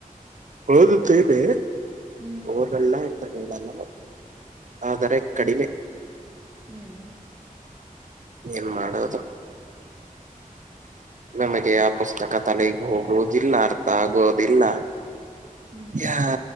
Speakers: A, on the right; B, on the right.
A: ಹದುತ್ತ ಇದೆ
B: ಹ್ಮ್
A: ಓದಲ್ಲ ಎಂತ ಹೇಳಲ್ಲ ಆ ಸರ ಕಡಿಮೆ
B: ಹ್ಮ್
A: ಏನ್ ಮಾಡೋದು ನಮಗೆ ಆ ಪುಸ್ತಕ ತಲೆಗೆ ಹೋಗುದಿಲ್ಲ ಅರ್ಥ ಆಗೋುದಿಲ್ಲ
B: ಹ್ಮ್
A: ಆ